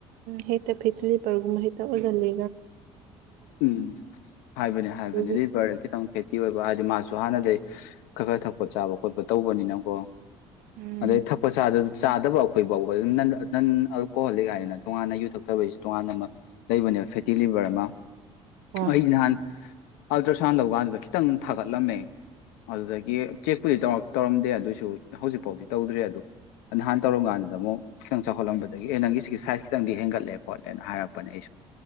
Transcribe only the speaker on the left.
ꯎꯝ ꯍꯥꯏꯕꯅꯦ
ꯍꯥꯏꯕꯅꯦ ꯂꯤꯚꯔ ꯈꯤꯇꯪ ꯐꯤ ꯀꯤ ꯑꯣꯏꯕ ꯍꯥꯏꯗꯤ ꯃꯥꯁꯨ ꯍꯥꯟꯅꯗꯩ ꯈꯒ ꯊꯛꯄ ꯆꯥꯕ ꯈꯣꯠꯄ ꯇꯧꯕꯅꯤꯅꯀꯣ
ꯑꯗꯩ ꯊꯛꯄ ꯆꯥꯗ ꯆꯥꯗꯕ ꯑꯩꯈꯣꯏ ꯐꯥꯎꯕ ꯑꯗꯨ ꯅꯟ ꯅꯟ ꯑꯜꯀꯣꯍꯣꯜꯂꯤꯛ ꯍꯥꯏꯗꯅ ꯇꯣꯉꯥꯟꯅ ꯌꯨ ꯊꯛꯇꯕꯩꯁꯨ ꯇꯣꯉꯥꯟꯅ ꯑꯃ ꯂꯩꯕꯅꯦꯕ ꯐꯦꯠꯇꯤ ꯂꯤꯕꯔ ꯑꯃ
ꯑꯩ ꯅꯍꯥꯟ ꯑꯜꯇ꯭ꯔꯁꯥꯎꯟ ꯂꯧꯀꯥꯟꯗꯨꯗ ꯈꯤꯇꯪ ꯊꯥꯒꯠꯂꯝꯃꯦ ꯑꯗꯨꯗꯒꯤ ꯆꯦꯛ ꯄꯨꯗꯤ ꯇꯧꯔꯛ ꯇꯧꯔꯝꯗꯦ ꯑꯗꯨꯏꯁꯨ ꯍꯧꯖꯤꯛꯐꯥꯎꯗꯤ ꯇꯧꯗ꯭ꯔꯦ ꯑꯗꯨ ꯅꯍꯥꯟ ꯇꯧꯔꯝꯀꯥꯟꯗꯨꯗ ꯑꯃꯨꯛ ꯈꯤꯇꯪ ꯆꯥꯎꯈꯠꯂꯝꯕꯗꯒꯤ ꯑꯦ ꯅꯪꯒꯤ ꯁꯤꯒꯤ ꯁꯥꯏꯖ ꯈꯤꯇꯪꯗꯤ ꯍꯦꯟꯒꯠꯂꯦ ꯈꯣꯠꯂꯦꯅ ꯍꯥꯏꯔꯛꯄꯅꯦ ꯑꯩꯁꯨ